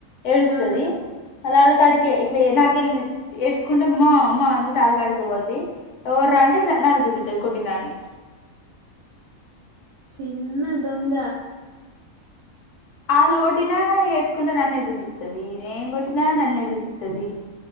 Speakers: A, on the left (about 65°); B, on the right (about 75°).
A: ఏడుస్తది
B: ఆ
A: మళ్ళ ఆళ్ళ కాడికే ఇట్లా నాకెళ్ళి ఏడ్చుకుంట మ మా అమ్మా అనుకుంట ఆళ్ళ కాడికే పోద్ది ఎవర్రా అంటే నన్ను చూపిత్తది కొట్టిన అని
B: చిన్న దొంగ
A: వాళ్ళు కొట్టినా ఏడ్చుకుంట నన్నే చూపిత్తది నేను కొట్టినా నన్నే చూపిత్తది